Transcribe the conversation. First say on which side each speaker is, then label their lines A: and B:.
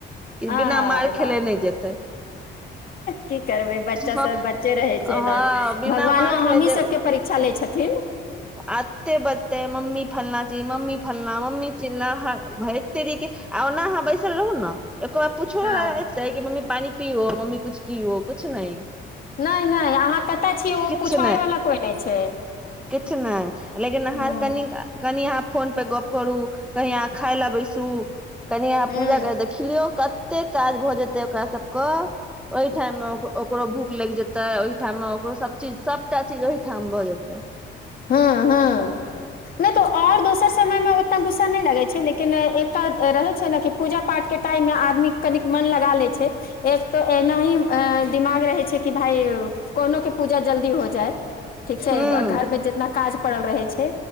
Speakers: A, in the centre; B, on the left.
A: कि
B: आे
A: बिना मार
B: बाह
A: खेले नहि जेतै
B: की करबै बच्चा
A: हँ
B: सब
A: हँ
B: रहै छै ने
A: बिना
B: भगवानो
A: मार खेले
B: हमही
A: दे
B: सबके परीक्षा लै छथिन
A: एते बचते मम्मी फलना जी मम्मी फलना मम्मी चिलना भ तेर के आ ओना अहाँ बैसल रहु ने एको बाप पूछोै
B: हँ
A: छैै कि मम्मी पानि पी हो मम्मी कुछ की हो कु नहि
B: नहि नहि अहाँ कतय छीियै ओ
A: किछु
B: पुछबाबैवला कोइ नहि छै
A: छै नहि लेकिन अहाँ
B: हूँ
A: कनि कनी अहाँ फोन पे गप करू कही अहाँ खााय लए बैसू कनि यहाँ
B: हूँ
A: पूजा कर देख लियो कते काज भ जेते ओकरा सब के ओहि टाइम मे ओकरो भूख लागि जेते तऽ ओहिठाम मे ओकरो सब चीज सबटा चीज ओहिठाम भऽ जेतै
B: ह्म हँ नहि तऽ आओर दोसर समयमे ओतना गुस्सा नहि लगै छै लेकिन एकटा रहै छै ने कि पूजा पाठके टाइममे आदमी कनिक मन लगा लै छै एक तऽ एना ही दिमाग रहै छै कि भाय कोनोके पूजा जल्दी हो जाय ठीक छै
A: हूँ
B: घरमे जे काज पड़ल रहै छै